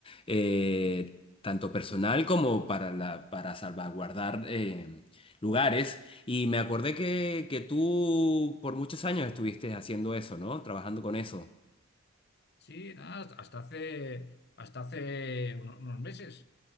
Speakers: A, on the left; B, on the left.
A: eh, tanto personal como para, la, para salvaguardar eh, lugares. Y me acordé que, que tú por muchos años estuviste haciendo eso, ¿no? Trabajando con eso.
B: sí, nada, hasta hasta hace, hasta hace uno- unos meses.